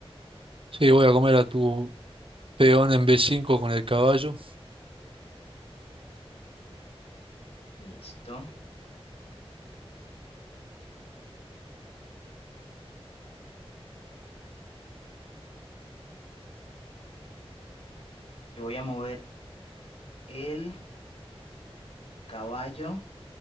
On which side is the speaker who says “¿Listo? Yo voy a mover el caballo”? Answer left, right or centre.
Left